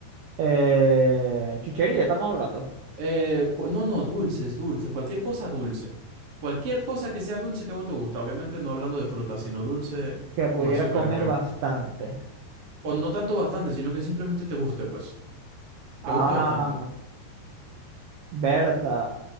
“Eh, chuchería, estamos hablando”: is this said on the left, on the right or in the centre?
Right